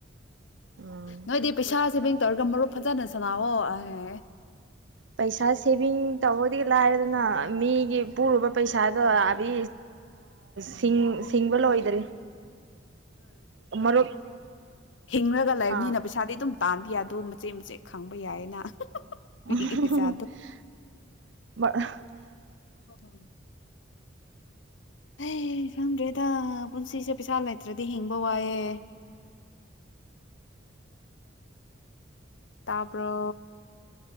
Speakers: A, on the right (about 70°); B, on the left (about 70°).
A: ꯎꯝ
B: ꯅꯣꯏꯗꯤ ꯄꯩꯁꯥꯁꯦ ꯕꯦꯡ ꯇꯧꯔꯒ ꯃꯔꯨꯞ ꯐꯖꯅ ꯁꯥꯟꯅꯑꯣ ꯑꯍꯦ
A: ꯄꯩꯁꯥ ꯁꯦꯕꯤꯡ ꯇꯧꯕꯗꯤ ꯂꯥꯏꯔꯗꯅ ꯃꯤ ꯒꯤ ꯄꯨꯔꯨꯕ ꯄꯩꯁꯥꯗꯣ ꯑꯕꯤ ꯁꯤꯡ ꯁꯤꯡꯕ ꯂꯣꯏꯗꯔꯤ ꯃꯔꯨꯞ
B: ꯍꯤꯡꯉꯒ ꯂꯩꯕꯅꯤꯅ
A: ꯑꯥ
B: ꯄꯩꯁꯥꯗꯤ ꯑꯗꯨꯝ ꯇꯥꯟꯕ ꯌꯥꯗꯣ ꯃꯆꯦꯠ ꯃꯆꯦꯠ ꯈꯪꯕ ꯌꯥꯏꯌꯦꯅ
A: <unintelligible>
B: ꯃꯤꯒꯤ ꯄꯩꯁꯥꯗꯣ <unintelligible> ꯑꯦ ꯈꯪꯗ꯭ꯔꯦꯗ ꯄꯨꯟꯁꯤꯁꯦ ꯄꯩꯁꯥ ꯂꯩꯇ꯭ꯔꯗꯤ ꯍꯤꯡꯕ ꯋꯥꯏꯑꯦ꯫ ꯇꯥꯄ꯭ꯔꯣ